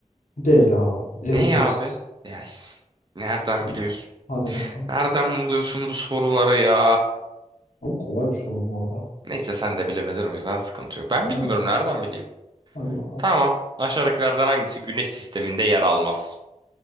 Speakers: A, on the left (about 75°); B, on the right (about 35°).
A: Değil abi. Eritrosit.
B: Ne ya abi? Ya is- nereden
A: Doğru.
B: biliyorsun?
A: Hadi bakalım.
B: Nereden buluyorsun bu soruları ya?
A: Ama kolay bir soru bu arada.
B: Neyse sen de bilemedin o yüzden sıkıntı yok. Ben
A: Evet.
B: bilmiyorum nereden bileyim.
A: Hadi bakalım.
B: Tamam. Aşağıdakilerden hangisi Güneş sisteminde yer almaz?